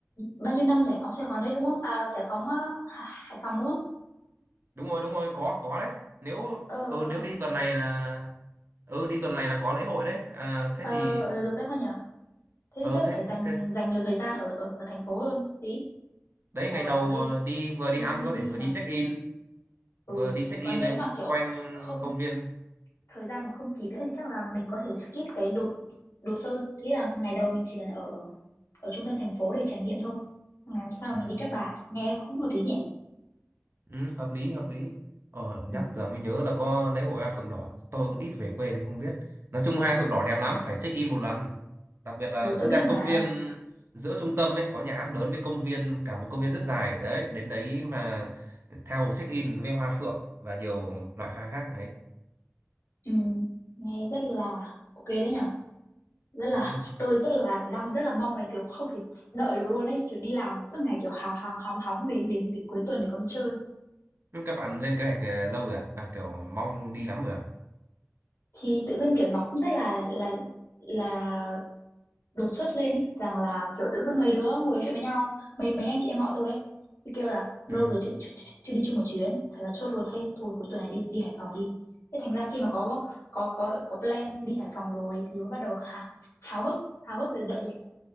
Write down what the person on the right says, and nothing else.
đúng rồi đúng rồi có có đấy nếu
ừ nếu đi tuần này là ừ đi tuần này là có lễ hội đấy à, thế
thì
ờ
thế
thế
đấy
ngày đầu
ờ, đi vừa đi
ăn có thể vừa
đi check in
vừa đi check
in
ấy
quanh
công viên
ừ.
Ừ, hợp lý hợp lý ờ nhắc
giờ mới nhớ là có lễ hội hoa phượng đỏ tôi cũng ít về quê nên không biết nói chung hoa phượng đỏ đẹp lắm phải check in một lần đặc biệt là
cứ
ra
công viên giữa trung tâm ấy có nhà hát lớn với công viên cả một công viên rất dài đấy đến đấy mà theo check in với hoa phượng và nhiều loại hoa khác đấy
ừ.
Nhưng các bạn lên kế hoạch ờ, lâu rồi à? à kiểu mong đi lắm rồi à
ừ.